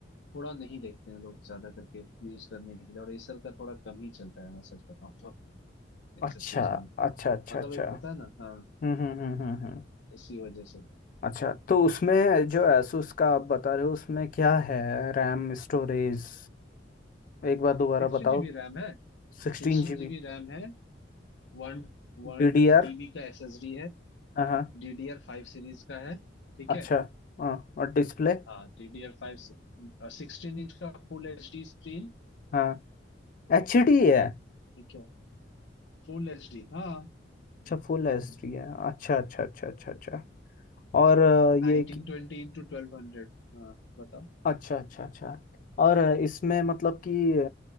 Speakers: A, on the left; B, on the left.
A: थोड़ा नहीं देखते हैं लोग ज्यादा करके यूज करने के लिए और एसर का थोड़ा कम ही चलता है मैं सच बताऊँ तो इन
B: अच्छा
A: सब चीजों में
B: अच्छा अच्छा
A: मतलब
B: अच्छा
A: ये पता है ना हाँ
B: हम्म हम्म हम्म हम्म हम्म।
A: इसी वजह से
B: अच्छा तो उसमें जो asus का आप बता रहे हो उसमें क्या है रैम स्टोरेज एक बार दोबारा
A: सिक्सटीन
B: बताओ
A: जीबी रैम है
B: सिक्सटीन
A: सिक्सटीन
B: जी बी
A: जीबी रैम है वन वन
B: D D R
A: टीबी का एसएसडी है
B: हाँ हाँ
A: डीडीआर फाइव सीरीज का है ठीक
B: अच्छा
A: है
B: हाँ और डिस्प्ले
A: हाँ डीडीआर फाइव सिक्सटीन इंच का फुल एच डी स्क्रीन
B: हाँ एचडी है
A: ठीक है फुल एच डी हाँ
B: अच्छा फुल एचडी है अच्छा अच्छा अच्छा अच्छा अच्छा और अ,
A: Nineteen
B: ये कि-
A: twenty into twelve hundred हाँ बताओ
B: अच्छा अच्छा अच्छा और अ, इसमें मतलब कि अ,